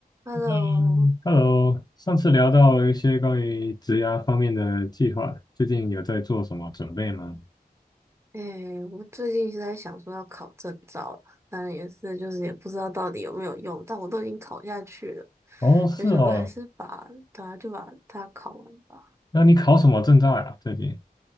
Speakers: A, on the right (about 15°); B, on the left (about 25°).
A: Hello，
B: 嗯 Hello，上次聊到一些关于职涯方面的计划，最近有在做什么准备吗？
A: 哎、我最近是在想说要考证照了，当然也是就是也不知道到底有没有用，但我都已经考下去了，
B: 哦，是哦，
A: 就想说还是把对啊就把它考完吧。
B: 那你考什么证照呀？最近？